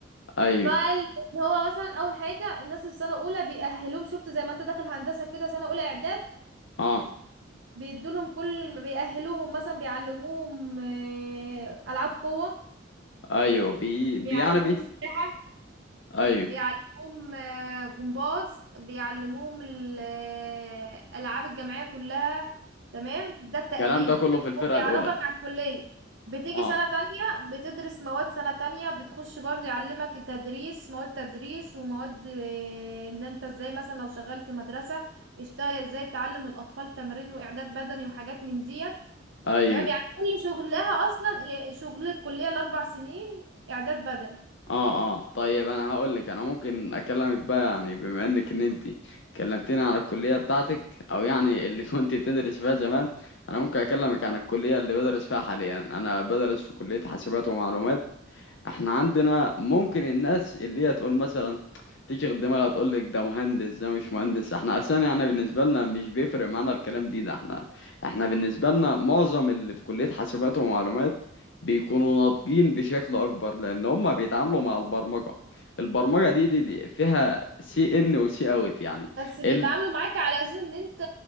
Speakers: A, on the left; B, on the right.
A: ايوه
B: فال- هو مثلا أول حاجة الناس السنة الأولى بيأهلوهم شفت زي ما أنت داخل هندسة كده سنة أولى إعداد
A: اه
B: بيدولهم كل ما بيأهلوهم مثلا بيعلموهم آه، ألعاب قوة
A: ايوه بي...
B: بيعلموهم
A: بي يعني بي
B: سباحة
A: ايوه
B: بيعلموهم آه، جمباز بيعلموهم ال- آه، الألعاب الجماعية كلها تمام ده التأهيل
A: الكلام ده كله
B: بالتأهيل
A: في الفرقه
B: هو بيعرفك
A: الاولى
B: على الكلية بتيجي
A: اه
B: سنة تانية بتدرس مواد سنة تانية بتخش برضه يعلمك التدريس مواد تدريس ومواد آه، ان انت ازاي مثلا لو شغال في مدرسة اشتغل ازاي تعلم الأطفال تمرين وإعداد بدني وحاجات من ديت
A: ايوه
B: تمام يعني كل شغلها اصلا ال- شغل الكليه الاربع سنين اعداد بدني
A: اه اه طيب انا هقول لك انا ممكن اكلمك بقى يعني بما انك ان انت كلمتيني عن الكليه بتاعتك او يعني اللي <laughs> كنت بتدرس فيها زمان انا ممكن اكلمك عن الكليه اللي بدرس فيها حاليا انا بدرس في كليه حاسبات ومعلومات احنا عندنا ممكن الناس اللي هي تقول مثلا تشغل دماغها تقول لك ده مهندس ده مش مهندس احنا اصلا يعني بالنسبه لنا مش بيفرق معانا الكلام دي ده احنا احنا بالنسبه لنا معظم اللي في كليه حاسبات ومعلومات بيكونوا ناضجين بشكل اكبر لان هم بيتعاملوا مع البرمجه البرمجه دي دي, دي فيها سي ان وسي اوت يعني
B: بس بيتعاملوا
A: ال...
B: معاك على اساس ان انت